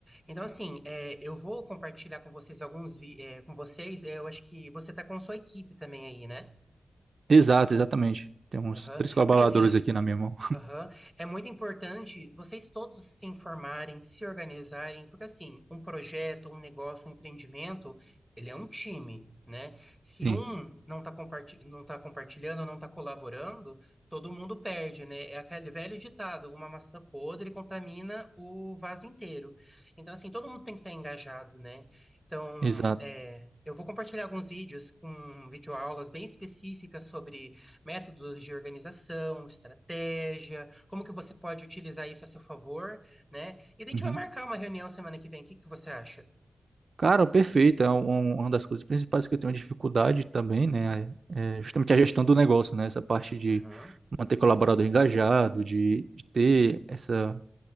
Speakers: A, in the centre; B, on the right.
A: Então, assim, é, eu vou compartilhar com vocês alguns, vi- é, com vocês, é, eu acho que você tá com sua equipe também aí, né?
B: Exato, exatamente. Tem uns
A: Aham.
B: três colaboradores
A: Porque, assim,
B: aqui na minha mão.
A: Aham. É muito importante vocês todos se informarem, se organizarem, porque assim, um projeto, um negócio, um empreendimento, ele é um time, né? Se
B: Sim,
A: um não está comparti não tá compartilhando, não está colaborando, todo mundo perde, né? É aquele velho ditado, uma maçã podre contamina o vaso inteiro. Então, assim, todo mundo tem que estar engajado, né? Então,
B: exato.
A: é, eu vou compartilhar alguns vídeos com videoaulas bem específicas sobre métodos de organização, estratégia, como que você pode utilizar isso a seu favor, né? E a gente
B: Uhum.
A: vai marcar uma reunião semana que vem. O que que você acha?
B: Cara, perfeito. É um- um, uma das coisas principais que eu tenho dificuldade também, né? É é justamente a gestão do negócio, né? Essa parte de
A: Aham,
B: manter colaborador engajado, de, de ter essa